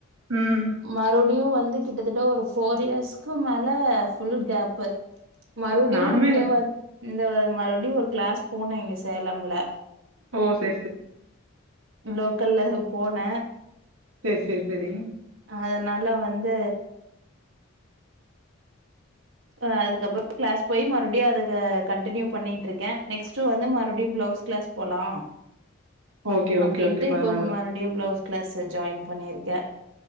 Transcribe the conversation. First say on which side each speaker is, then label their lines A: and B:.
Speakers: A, on the right (about 85°); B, on the right (about 65°).
A: ம்
B: மறுடியு வந் து கிட்டத் தட்ட ஒரு ஃபோர் இயர்ஸ்கு மேல ஃபுல் கேப்பு மறுடியு
A: நானுமே
B: இங்க வ இந்த மறுடியு ஒரு கிளாஸ் போனே இங்க சேலம்ல
A: ஓ செரி செரி
B: லோக்கல்ல போன
A: சேர் சேர் சேரி
B: அதனால வந்து அ அதுக்கப்றோ க்ளாஸ் போய் மறுடியு அதத கன்டினியூ பண்ணிட்ருக்கே நெக்ஸ்ட்டு வந்து மறுடியு ப்ளவுஸ் கிளாஸ் போலா
A: ஓகே ஓகே
B: அப்டின்ட்டு
A: ஓகே பரவால்ல
B: இப்போ மறுடியு ப்ளவுஸ் க்ளாஸு ஜாயின் பண்ணிருக்கே